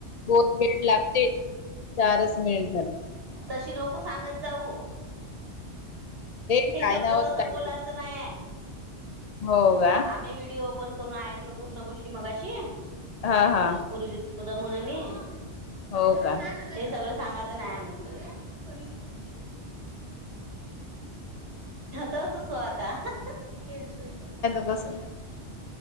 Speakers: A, on the left; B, on the right.
A: बोत बरिंग लागते पारस मेल मल
B: तशी नको सांगत जाऊ
A: काय
B: हे शब्द
A: नाव
B: तस
A: ताई
B: बोलायचं नाहीय
A: हो का?
B: आम्ही व्हिडिओ ण करून ऐकलो पूर्ण गोष्टी मगाशी
A: हा हा,
B: पूर्वी पुदमुूननी हम
A: हो
B: हे
A: का?
B: सगळं सांगायचं नाही, अरेप त स्वाद <unintelligible> <unintelligible>
A: बस <unintelligible>